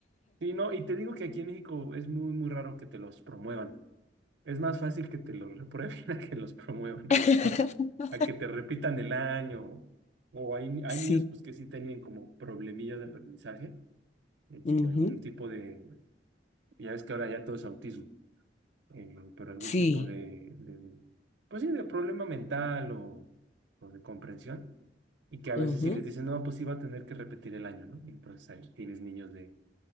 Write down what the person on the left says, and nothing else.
<laughs>
Sí.
ujú,
Sí.
Ujú,